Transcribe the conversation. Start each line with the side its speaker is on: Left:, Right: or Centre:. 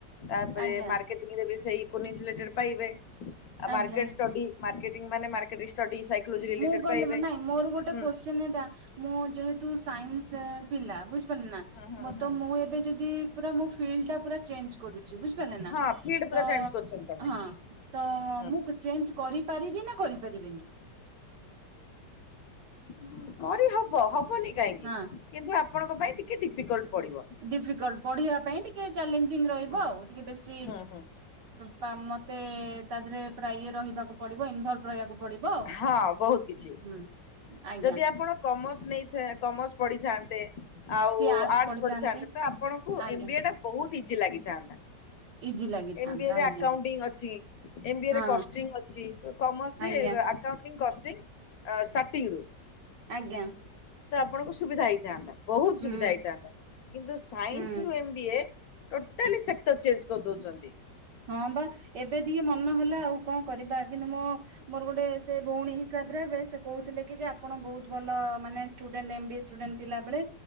Left: ତାପରେ
Right: ଆଜ୍ଞା
Left: ମାର୍କେଟିଂ ରେ ବି ସେଇ କୋନିଶିଲେଟେଡ ପାଇବେ।
Right: ଆଜ୍ଞା
Left: ମାର୍କେଟ ଷ୍ଟଡି ମାର୍କେଟିଂ ମାନେ ମାର୍କେଟ ଷ୍ଟଡି ସାଇକୋଲୋଜି ରିଲେଟେଡ
Right: ମୁଁ କହ
Left: ପାଇବେ।
Right: ନାଇଁ ମୋର ଗୋଟେ
Left: ହୁଁ
Right: କୋଶ୍ଚିନ ଏଟା ମୁଁ ଯେହେତୁ ତୁ ସାଇନ୍ସ ପିଲା ବୁଝିପାରିଲେ ନା
Left: ହୁଁ ହୁଁ
Right: ମତ
Left: ହୁଁ
Right: ମୁଁ ଏବେ ଯଦି ପୁରା ମୋ ଫିଲ୍ଡ ଟା ପୁରା ଚେଞ୍ଜ କରୁ ଛି ବୁଝିପାରିଲେ ନା
Left: ହଁ ଫିଲ୍ଡ ପୁରା
Right: ତ
Left: ଚେଞ୍ଜ କରୁଛନ୍ତି ତମେ
Right: ହଁ ତ
Left: ହୁଁ।
Right: ମୁଁ ଚେଞ୍ଜ କରିପାରିବି ନା କରିପାରିବିନି।
Left: ହଁ କରି ହବ ହବ ନି କାହିଁକି
Right: ହଁ
Left: କିନ୍ତୁ ଆପଣଙ୍କ ପାଇଁ ଟିକେ ଟିକେ ଡିଫିକଲ୍ଟ ପଡିବ।
Right: ଡିଫିକଲ୍ଟ ପଢିବା ପାଇଁ ଟିକେ ଟିକେ ଚ୍ୟାଲେଞ୍ଜ ରହିବ
Left: ହୁଁ
Right: ଆଉ ଟିକେ ବେଶି
Left: ହୁଁ ହୁଁ
Right: ତ ମତେ ତା ଧିଏରେ ପୁରା ଇଏ ରହିବାକୁ ପଡିବ। ସବୁ ଇନ୍ଭାଲ୍ଭ ରହିବାକୁ ପଡିବ ଆଉ
Left: ହଁ ବହୁତ କିଛି
Right: ହୁଁ ଆଜ୍ଞା
Left: ଯଦି ଆପଣ କମର୍ସ ନେଇଥା କମର୍ସ ପଢିଥାନ୍ତ ଆଉ
Right: କିଏ ଆର୍ଟସ
Left: ଆର୍ଟ୍ସ
Right: ପଢିଥାନ୍ତି
Left: ପଢିଥାନ୍ତେ ତ ଆପଣଙ୍କୁ
Right: ଆଜ୍ଞା
Left: ଏମ ବି ଏ ଟା ବହୁତ ଇଜି ଲାଗିଥାନ୍ତା
Right: ଇଜି ଲାଗିଥାନ୍ତା
Left: ଏମ୍ ବି ଏ ରେ
Right: ଆଜ୍ଞା
Left: ଆକାଉଣ୍ଟିଂ ଅଛି ଏମ୍ ବି ଏ
Right: ହଁ
Left: ରେ କଷ୍ଟିଂ ଅଛି ତ କମର୍ସ
Right: ଆଜ୍ଞା
Left: ରେ ତ କଷ୍ଟିଙ୍ଗ ଷ୍ଟାର୍ଟିଂ ରୁ
Right: ଆଜ୍ଞା।
Left: ତ ଆପଣଙ୍କୁ ସୁବିଧା ହେଇଥାନ୍ତା। ବହୁତ ସୁବିଧା
Right: ହୁଁ
Left: ହେଇଥାନ୍ତା କିନ୍ତୁ ସାଇନ୍ସ
Right: ହୁଁ
Left: ରୁ M B A totally sector change କରିଦଉଛନ୍ତି
Right: ହଁ ବା ଏବେ ଟିକେ ମନ ହେଲା ଆଉ କଣ କରିବା କିନ୍ତୁ ମୋ ମୋର ଗୋଟେ ସେ ଭଉଣୀ ହିସାବରେ ହେବେ ସେ କହୁଥିଲେ କି ଯେ ଆପଣ ବହୁତ ଭଲ ମାନେ student M B A student ଥିଲାବେଳେ